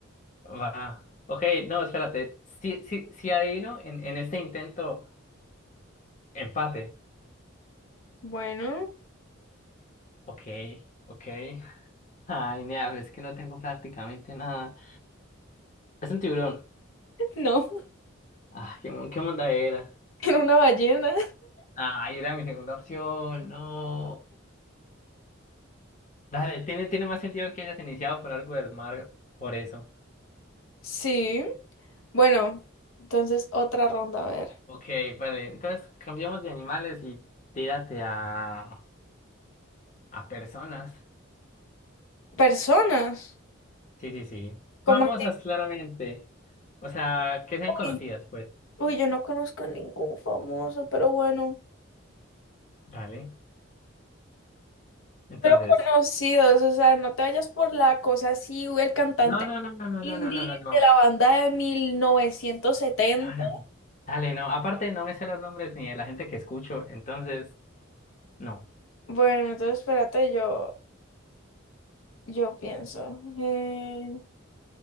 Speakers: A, on the left; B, on the left.
A: va. Ok, no, espérate. Si, si, si adivino en, en este intento, empate.
B: Bueno,
A: Ok, ok. Ay, me habla, es que no tengo prácticamente nada. Es un tiburón.
B: <laughs> no.
A: Ah, qué, mon- qué monda era.
B: Era una ballena.
A: Ay, era mi segunda opción. No. Dale, tiene, tiene más sentido que hayas iniciado por algo del mar, por eso.
B: Sí. Bueno, entonces otra ronda, a ver.
A: Ok, vale, entonces cambiamos de animales y tírate a, a personas.
B: Personas.
A: Sí, sí, sí.
B: Como
A: Famosas,
B: así,
A: claramente. O sea, que sean
B: uy,
A: conocidas, pues.
B: uy, yo no conozco ningún famoso, pero bueno,
A: Dale. Entonces.
B: conocidos, o sea, no te vayas por la cosa así, uy, el cantante
A: No, no, no, no, no,
B: indie
A: no, no, no, no.
B: de
A: no.
B: la banda de mil novecientos setenta
A: No, no. Dale, no. Aparte, no me sé los nombres ni de la gente que escucho, entonces, no.
B: Bueno, entonces espérate, yo, yo pienso. Eh,